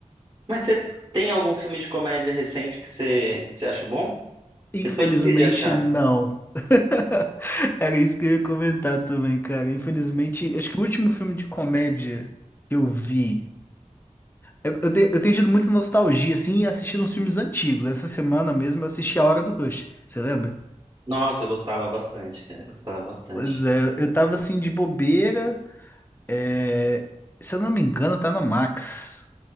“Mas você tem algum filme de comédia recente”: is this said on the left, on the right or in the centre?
Right